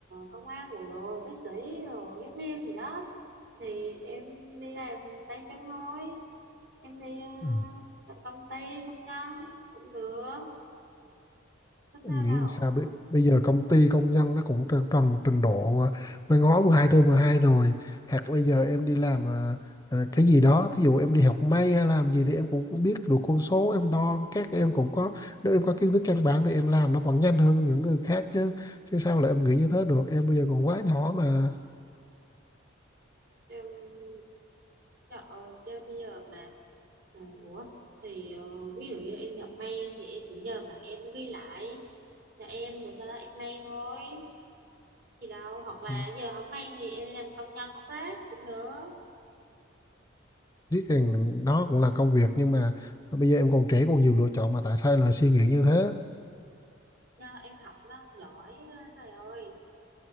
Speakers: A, on the right (about 60°); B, on the left (about 20°).
A: công an bộ đội bác sĩ rồi giáo viên gì đó thì em đi làm tay chân thôi em đi ờ,
B: ừ.
A: làm công ty công nhân cũng được có
B: em
A: sao
B: nghĩ
A: đâu
B: làm sao bây, bây giờ công ty công nhân nó cũng cần, cần trình độ à, văn hóa 12 trên 12 rồi hoặc bây giờ em đi làm à, à, cái gì đó thí dụ em đi học may hay làm gì thì em cũng, cũng biết được con số em đo các em cũng có nếu em có kiến thức căn bản thì em làm nó vẫn nhanh hơn những người khác chứ chứ sao là em nghĩ như thế được em bây giờ còn quá nhỏ mà
A: Cho, cho, ờ, cho bây giờ mà, mà ủa thì ờ, ví dụ như em nhập mail thì em chỉ nhờ mà em ghi lại cho em rồi sau đó em mail thôi gì đâu hoặc là
B: Ừ.
A: giờ không mail thì em đi làm công nhân hút rác cũng được
B: biết rằng nó cũng là công việc nhưng mà bây giờ em còn trẻ còn nhiều lựa chọn mà tại sao em lại suy nghĩ như thế
A: do em học nó giỏi á, thầy ơi